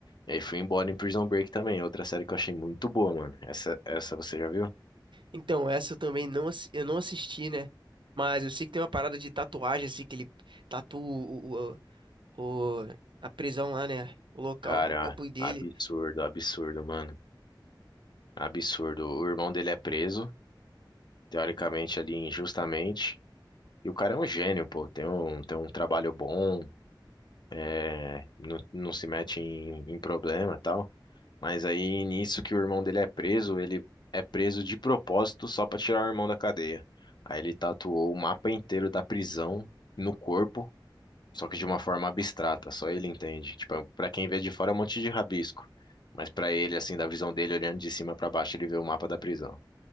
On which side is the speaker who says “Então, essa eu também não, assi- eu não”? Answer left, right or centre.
Right